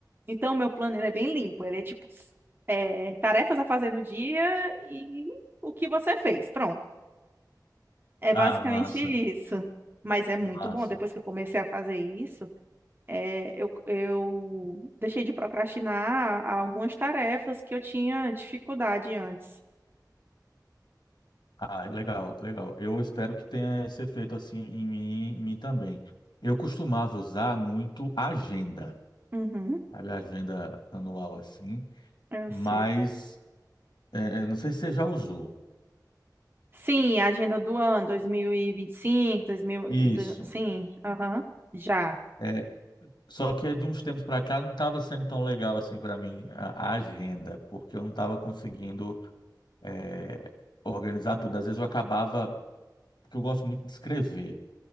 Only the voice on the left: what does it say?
Ah,
massa,
massa.
Ah, legal, legal. Eu espero que tenha esse efeito assim em mim, em mim também. Eu costumava usar muito a agenda,
sabe, a agenda anual assim,
mas
é, eu não sei se você já usou.
Isso.
É, só que de uns tempos para cá não estava sendo tão legal assim para mim a, a agenda, porque eu não estava conseguindo é, organizar tudo. Às vezes eu acabava, porque eu gosto muito de escrever.